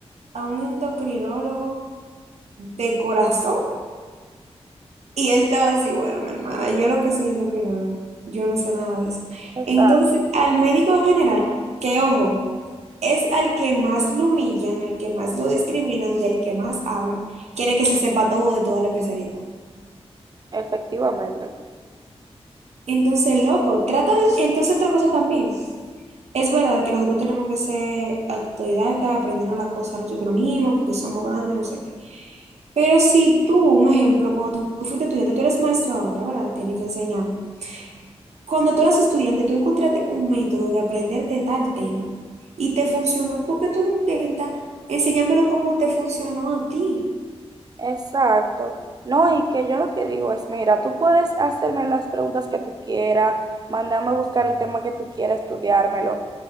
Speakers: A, on the right; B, on the right.
A: a un endocrinólogo de corazón y él te va a decir, bueno, mi hermana, yo lo que soy endocrinólogo, yo no sé nada de eso.
B: Exacto,
A: Entonces, al médico general, que ojo, es al que más lo humillan, al que más lo discriminan, del que más hablan, quiere que se sepa todo de toda la especialidad.
B: efectivamente.
A: Entonces, loco, trata de, entonces otra cosa también. Es verdad que nosotros tenemos que ser autodidactas, aprendernos la cosa nosotros mismos, porque somos grandes, no sé qué. Pero si tú, un ejemplo, cuando tú tú fuiste estudiante, tú eres maestro ahora, ¿verdad? Tienes que enseñarme. Cuando tú eras estudiante, tú encontraste un método de aprenderte tal tema y te funcionó, ¿por qué tú no intentas enseñármelo como te funcionó a ti?
B: Exacto. No, y que yo lo que digo es, mira, tú puedes hacerme las preguntas que tú quieras, mandarme a buscar el tema que tú quieras, estudiármelo,